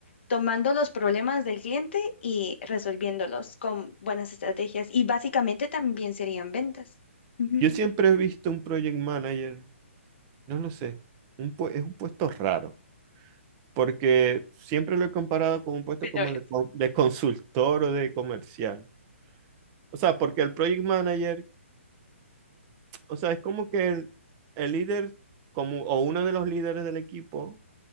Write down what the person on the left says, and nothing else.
tomando los problemas del cliente y resolviéndolos con buenas estrategias. Y básicamente también serían ventas. Ujú.
Pero
es-